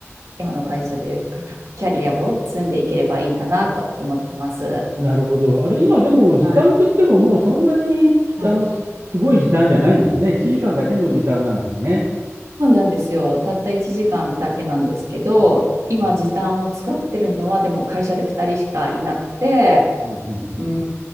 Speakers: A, on the right; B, on the right.
A: 今の会社でキャリアを積んでいければいいかなと思ってます。
B: なるほど。あれ、今でも時短って言っても、
A: はい。
B: もうそんなに、
A: はい。
B: あの、す、すごい時短じゃないんですね。1時間だけの時短なんですね。
A: そうなんですよ。たった1時間だけなんですけど、
B: うん
A: 今時短を使ってるのはでも会社で2人しかいなくて、
B: うんうん
A: う